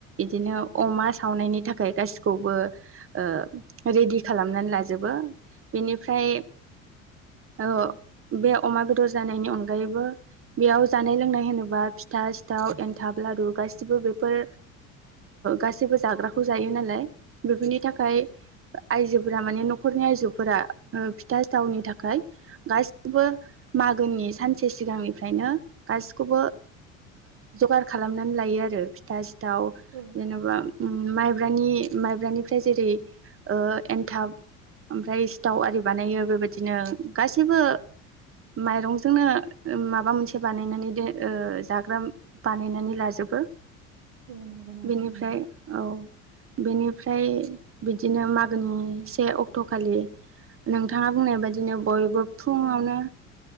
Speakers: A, on the right; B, on the right.
A: इदिनो अमा सावनायनि थाखाय गासिखौबो ओ रिदि खालामनानै लाजोबो बेनिफ्राय औ बे अमा बेदर जानायनि अनगायैबो बेयाव जानाय लोंनाय होनोबा फि फिथा सिथाव एन्थाब लारु गासिबो बेफोर गासैबो जाग्राखौ जायो नालाय बेफोरनि थाखाय आइजोफोरा माने न'खरनि आइजोफोरा फिथा सिथावनि थाखाय गासिबो मागोनि सानसे सिगांनिफ्रायनो गासिखौबो जगार खालामनानै लायो आरो फिथा सिथाव
B: औ
A: जेनबा माइब्रानि माइब्रानि फि- निफाय जेरै एनथाब ओमफ्राय सिथाव आरि बानायो बेबायदिनो गासैबो माइरंजोंनो माबा मोनसे बानायनानै जाग्रा बानायनानै लाजोब- बो
B: औ नंगौ नोंथां
A: बिनिफ्राय
B: नंगौ
A: औ बेनिफ्राय बिदिनो मागोनि से अक्ट'खालि नोंथाङा बुंनाय बायदिनो बयबो फुङावनो
B: औ